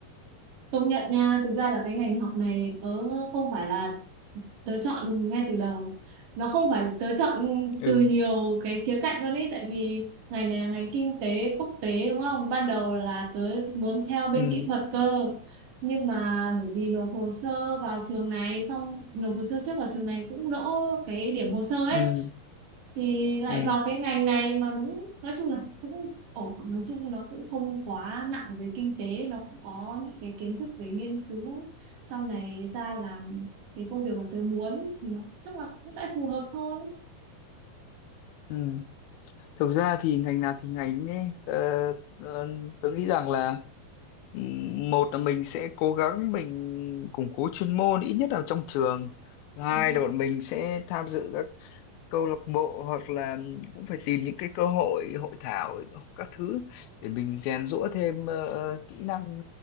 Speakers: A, on the right; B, on the left.
A: công nhận nha thực ra là cái ngành học này tớ không phải là tớ chọn ngay từ đầu nó không phải tớ chọn
B: ừ
A: từ nhiều cái khía cạnh luôn ấy tại vì ngành này là ngành kinh tế quốc tế đúng không ban đầu là tớ muốn theo bên
B: ừ
A: kỹ thuật cơ nhưng mà bởi vì nộp hồ sơ vào trường này xong nộp hồ sơ trước vào trường này cũng đỗ cái điểm hồ sơ ấy
B: ừ
A: thì lại
B: ừ
A: vào cái ngành này mà đúng nói chung là cũng ổn nói chung nó cũng không quá nặng về kinh tế nó cũng có những cái kiến thức về nghiên cứu sau này ra làm cái công việc mà tớ muốn thì nó chắc là cũng sẽ phù hợp thôi
B: ừ thực ra thì ngành nào thì ngành ấy ờ, ờ, tôi nghĩ rằng là ừm, một là mình sẽ cố gắng mình củng cố chuyên môn ít nhất là trong trường Thứ hai
A: Ừ.
B: là bọn mình sẽ tham dự các câu lạc bộ hoặc là cũng phải tìm những cái cơ hội hội thảo các thứ để mình rèn giũa thêm ờ, kỹ năng